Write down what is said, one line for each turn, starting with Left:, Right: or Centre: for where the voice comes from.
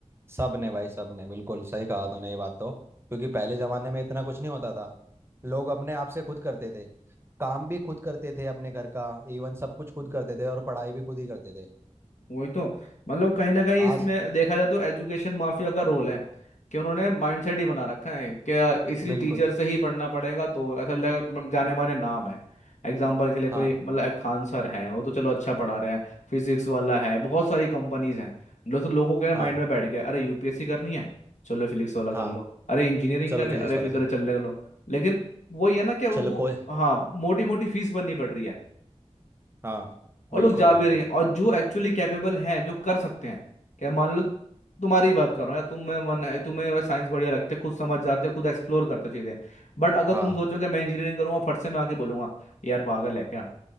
Right: सब ने भाई सब ने बिल्कुल सही कहा तूने ये बात तो क्योंकि पहले जमाने में इतना कुछ नहीं होता था लोग अपने आप से खुद करते थे काम भी खुद करते थे अपने घर का इवन सब कुछ खुद करते थे और पढ़ाई भी खुद ही करते थे
Left: वही तो मतलब कहीं ना कहीं
Right: आज
Left: इसमें देखा जाए तो एजुकेशन माफिया का रोल है कि उन्होंने माइंडसेट ही बना रखा है कि आ, इसी
Right: बिल्कुल
Left: टीचर से ही पढ़ना पड़ेगा तो ऐसा लग- जाने माने नाम है एग्जाम्पल के लिए कोई
Right: हाँ
Left: मतलब एक खान सर है वो तो चलो अच्छा पढ़ा रहे हैं फिजिक्स वाला है बहुत सारी कंपनीज हैं मतलब तो लोगों के माइंड
Right: हाँ
Left: में बैठ गया अरे यूपीएससी करनी है चलो फिजिक्स वाला कर
Right: हाँ
Left: लो अरे इंजीनियरिंग
Right: चलो
Left: करनी
Right: फिजिक्स
Left: है, अरे
Right: वाला
Left: फिजिक्स
Right: कर
Left: वाला चल ले कर लो लेकिन वही है ना कि उनको
Right: चलो कोई
Left: हाँ मोटी मोटी फीस भरनी पड़ रही है
Right: हाँ
Left: और
Right: बिल्कुल
Left: लोग जा
Right: बिल्कुल
Left: भी रही हैं और जो एक्चुअली कैपेबल हैं जो कर सकते हैं क्या मान लो तुम्हारी ही बात कर रहा हूँ या तुम्हें मन है तुम्हें वह साइंस बढ़िया लगते है, खुद समझ जाते हो खुद एक्सप्लोर करते हो चीजें बट अगर
Right: हाँ
Left: तुम सोचो कि मैं इंजीनियरिंग करूंगा फट से मैं आके बोलूंगा यार पागल है क्या